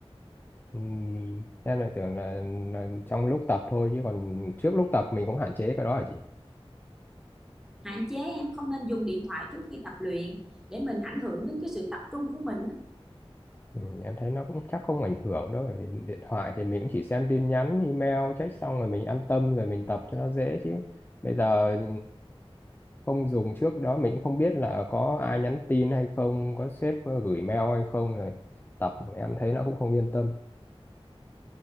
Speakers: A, on the left; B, in the centre.
A: ừm, em lại tưởng là, là trong lúc tập thôi chứ còn trước lúc tập mình cũng hạn chế cái đó hả chị?
B: Hạn chế em không nên dùng điện thoại trước khi tập luyện để mình ảnh hưởng đến cái sự tập trung của mình á.
A: Ừ, em thấy nó cũng chắc không ảnh hưởng đâu bởi vì điện thoại thì mình cũng chỉ xem tin nhắn email check xong rồi mình an tâm rồi mình tập cho nó dễ chứ bây giờ ừ, không dùng trước đó mình cũng không biết là có ai nhắn tin hay không có sếp ờ, gửi mail hay không rồi tập em thấy nó cũng không yên tâm